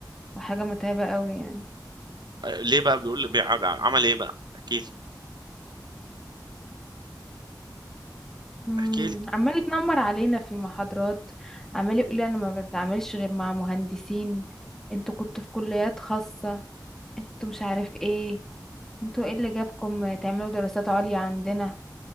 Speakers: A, in the centre; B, on the right.
A: وحاجة متعبة قوي يعني
B: آه، ليه بقى بيقول لي بيع- عمل ايه بقى احكي لي
A: امم
B: احكي لي
A: عمال يتنمر علينا في المحاضرات عمال يقول لي انا ما بتعاملش غير مع مهندسين انتوا كنتوا في كليات خاصة انتوا مش عارف ايه انتوا ايه اللي جابكم تعملوا دراسات عليا عندنا